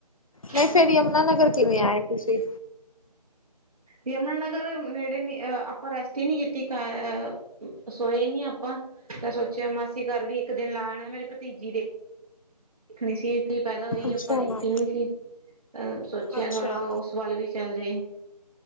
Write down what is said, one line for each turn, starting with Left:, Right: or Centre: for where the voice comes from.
Left: ਨਹੀਂ ਫੇਰ
Right: ਆਹੋ
Left: ਯਮੁਨਾ ਨਗਰ ਕਿਵੇਂ ਆਏ ਤੁਸੀਂ?
Right: ਯਮੁਨਾ ਨਗਰ ਨੇੜੇ ਨੀ, ਅ ਆਪਾਂ ਰੈਸਟ ਹੀ ਨੀ ਕੀਤੀ, ਕਾ ਅ ਸੋਏ ਨੀ ਆਪਾਂ, ਤੇ ਸੋਚਿਆ ਮਾਸੀ ਘਰ ਵੀ ਇੱਕ ਦਿਨ ਲਾ ਆਣਾ, ਮੇਰੀ ਭਤੀਜੀ ਦੇ ਖਣੀ ਸੀ ਕੀ ਪੈਦਾ ਹੋਈ,
Left: ਅੱਛਾ
Right: ਆਪਾਂ ਦੇਖੀ ਨੀ ਸੀ। ਸੋਚਿਆ
Left: ਅੱਛਾ।
Right: ਥੋੜਾ, ਉਸ ਵੱਲ ਵੀ ਚੱਲ ਜਈ।